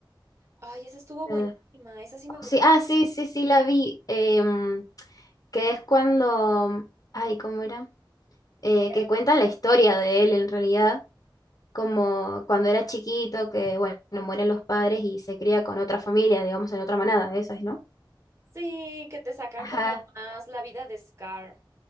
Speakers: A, on the right; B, on the left.
A: Ay, esa estuvo buenísima,
B: eh,
A: esa sí me gustó.
B: sí, ah, sí, sí, sí, la vi. em, que es cuando, ay, ¿cómo era? Eh,
A: Pero
B: que cuentan la historia de él en realidad, como cuando era chiquito, que bueno, mueren los padres y se cría con otra familia, digamos, en otra manada de esas, ¿no?
A: Sí, que te sacan
B: Ajá,
A: como más la vida de Scar